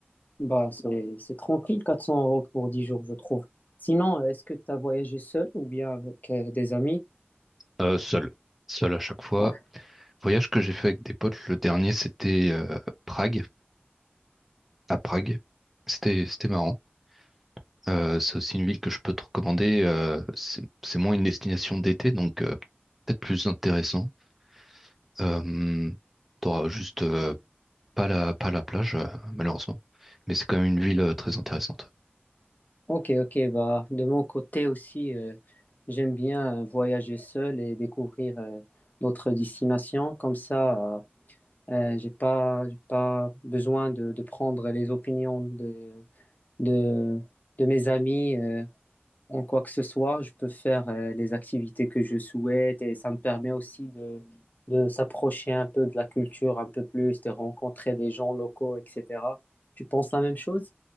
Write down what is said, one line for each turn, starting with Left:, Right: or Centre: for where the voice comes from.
Left: Bah, c'est, c'est tranquille, 400 euros pour 10 jours, je trouve. Sinon, euh, est-ce que tu as voyagé seul ou bien avec euh, des amis?
Centre: Euh, seul. Seul à chaque fois.
Left: Ouais.
Centre: Voyage que j'ai fait avec des potes, le dernier, c'était euh, Prague, à Prague. C'était, c'était marrant. Euh, c'est aussi une ville que je peux te recommander. euh, c'est, c'est moins une destination d'été, donc euh, peut-être plus intéressant. Euh, t'auras juste euh, Pas la, pas la plage, euh, malheureusement. Mais c'est quand même une ville euh, très intéressante.
Left: Ok, ok, bah, de mon côté aussi, euh, j'aime bien euh, voyager seul et découvrir euh, d'autres destinations. Comme ça, euh, euh, j'ai pas, j'ai pas besoin de, de prendre les opinions de, de, de mes amis. euh, en quoi que ce soit. Je peux faire euh, les activités que je souhaite et ça me permet aussi de, de s'approcher un peu de la culture un peu plus, de rencontrer des gens locaux, etc. Tu penses la même chose?